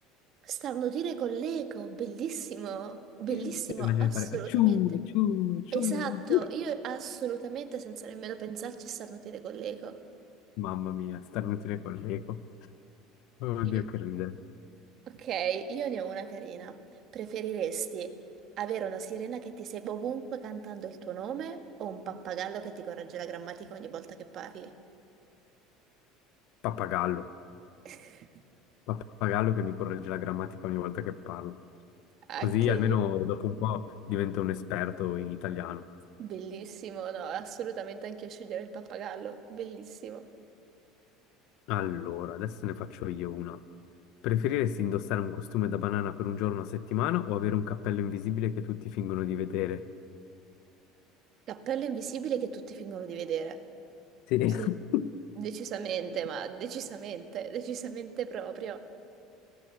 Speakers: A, on the right; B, on the left.
A: Starnutire con l'eco, bellissimo, bellissimo,
B: E immagini
A: assolutamente.
B: di fare acciù, acciù, acciù.
A: Esatto,
B: acciù.
A: io assolutamente senza nemmeno pensarci starnutire con l'eco.
B: Mamma mia, starnutire con l'eco. Oddio,
A: Sì.
B: che ridere.
A: Ok, io ne ho una carina. Preferiresti avere una sirena che ti segue ovunque cantando il tuo nome o un pappagallo che ti corregge la grammatica ogni volta che parli?
B: Pappagallo.
A: <laughs>
B: Pappagallo che mi corregge la grammatica ogni volta che parlo.
A: Anche
B: Così almeno
A: io.
B: dopo un po' divento un esperto in italiano.
A: Bellissimo, no, assolutamente anche io sceglierei il pappagallo, bellissimo.
B: Allora, adesso ne faccio io una. Preferiresti indossare un costume da banana per un giorno a settimana o avere un cappello invisibile che tutti fingono di vedere?
A: L'appello invisibile che tutti fingono di vedere.
B: Sì. Mm.
A: Sì, decisamente,
B: <laughs>
A: ma decisamente, decisamente proprio.